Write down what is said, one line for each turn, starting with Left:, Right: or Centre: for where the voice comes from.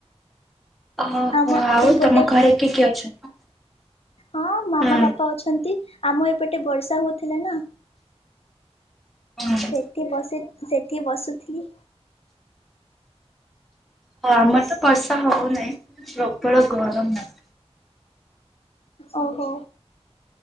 Centre: ଓହୋ
Left: ଆମ
Centre: ଆଉ
Left: ଏପଟେ
Centre: ତମ ଘରେ କିଏ କିଏ ଅଛନ୍ତି?
Left: ହଁ ମାମା
Centre: ହୁଁ
Left: ବାପା ଅଛନ୍ତି, ଆମ ଏପଟେ ବର୍ଷା ହଉଥିଲା ନା।
Centre: ଓ ହଁ।
Left: ସେଠି ବସି ସେଠି ବସୁଥିଲି।
Centre: ହ ଆମର ତ ବର୍ଷା ହଉନାହିଁ, ପ୍ରବଳ ଗରମ ନାହିଁ।
Left: ଓହୋ